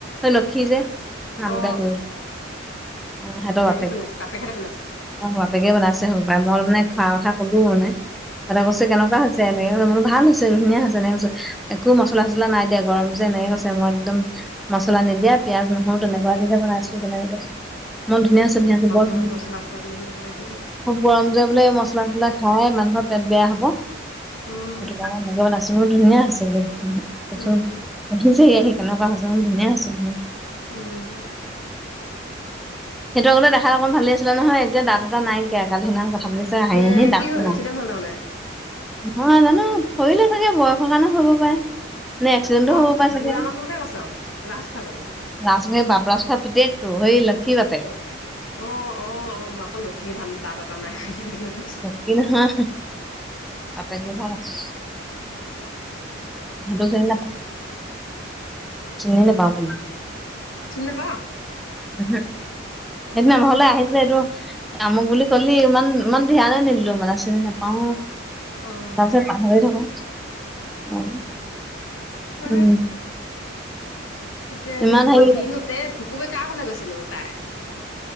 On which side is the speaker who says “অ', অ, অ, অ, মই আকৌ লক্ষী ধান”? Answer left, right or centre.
Left